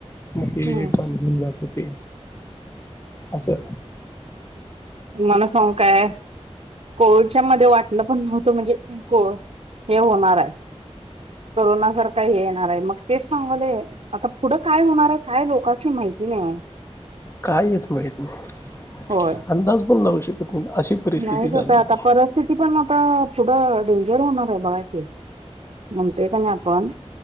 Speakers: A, on the left; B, on the right.
A: मग ते
B: हम्म
A: पण घेऊन जात होते असं.
B: तूमाना सांगू काय कोविडच्या मध्ये वाटलं पण नव्हतं म्हणजे को हे होणार आहे. करोना सारखा हे येणार आहे मग तेच सांगवले आता पुढं काय होणार आहे काय लोकास्नी माहिती नाही ओ.
A: कायच माहीत नाही
B: होय
A: अंदाज पण लागू शकत नाही अशी परिस्थिती
B: नाहीच
A: झाली
B: आता आता
A: ती
B: परिस्थिती पण आता पुढं डेंजर होणार आहे बघा की. म्हणतेय का नाही आपण